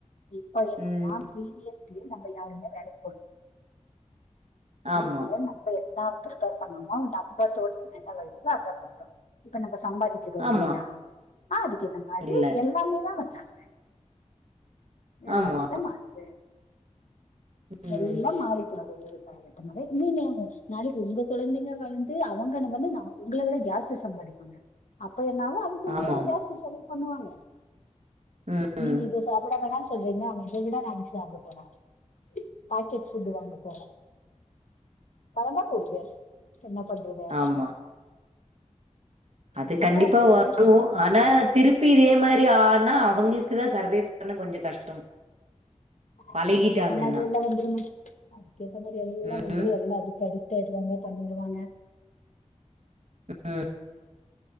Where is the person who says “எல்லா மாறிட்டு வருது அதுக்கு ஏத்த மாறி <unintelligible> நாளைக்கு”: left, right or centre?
Left